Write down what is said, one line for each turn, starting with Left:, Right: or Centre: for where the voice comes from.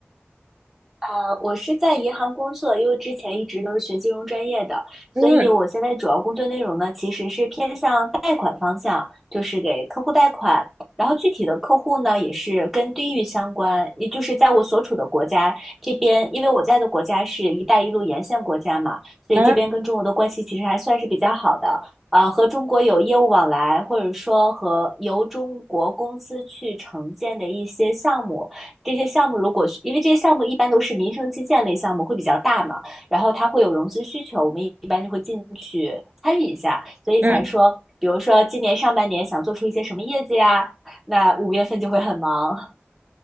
Centre: 啊，我是在银行工作，因为之前一直都是学金融专业的，所以我现在主要工作内容呢，
Right: 嗯
Centre: 其实是偏向贷款方向，就是给客户贷款。然后具体的客户呢，也是跟地域相关，也就是在我所处的国家这边，因为我在的国家是一带一路沿线国家嘛，所以这边跟中国的关系其实还算是比较好的。
Right: 啊
Centre: 呃，和中国有业务往来，或者说和由中国公司去承建的一些项目。这些项目如果是因为这些项目一般都是民生基建类项目，会比较大嘛，然后它会有融资需求，我们一般就会进去参与一下，所以才说，
Right: 嗯。
Centre: 比如说今年上半年想做出一些什么业绩呀，那五月份就会很忙